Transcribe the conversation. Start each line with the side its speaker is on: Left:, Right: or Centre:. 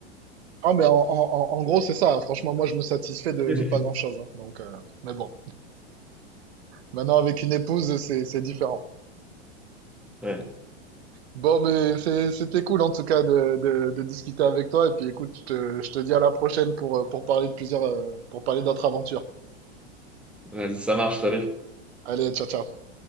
Right: Ah, mais en, en- en- en gros, c'est ça. hein. Franchement, moi, je me satisfais de,
Centre: <laughs>
Right: de pas grand-chose. hein. Donc, euh, mais bon, maintenant, avec une épouse, c'est, c'est différent.
Centre: Ouais,
Right: Bon, mais c'est- c'était cool, en tout cas, de, de- de discuter avec toi. Et puis, écoute, je te, je te dis à la prochaine pour, euh, pour parler de plusieurs, euh, pour parler d'autres aventures.
Centre: ouais, ça marche, ça
Right: Allez, ciao, ciao.